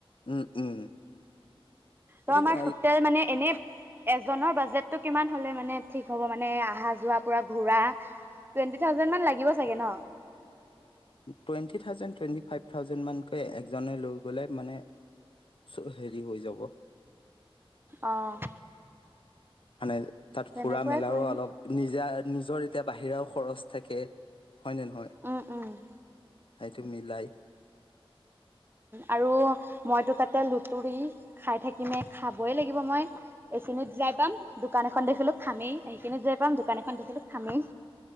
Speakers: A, on the left; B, on the right.
A: উম, উম। এতিয়া
B: কমৰ সুতে মানে এনে এজনৰ বাজেটো কিমান হ'লে মানে ঠিক হ'ব মানে অহা যোৱা পুৰা ঘূৰা টুৱেন্টি থাউজেণ্ড মান ন লাগিব চাগে ন।
A: Twenty thousand, twenty five thousand মানকৈ একজনে লৈ গ'লে মানে চ'ব হেৰি হয় যাব।
B: অহ'
A: মানে তাত
B: তেনেকুৱাই
A: ফুৰা মেলাও
B: কৰিম
A: অলপ নিজা নিজৰ এতিয়া বাহিৰাও খৰচ থাকে। হয়নে নহয়।
B: উম উম।
A: সেইটো মিলাই
B: আৰু মইতো তাতে লুতুৰি খাই থাকিমে খাবই লাগিব মই এইখিনিত যাই পাম। দোকান এখন দেখিলোঁ খামেই সেইখিনিতে যৈ পাম দোকান এখন দেখিলোঁ খামেই।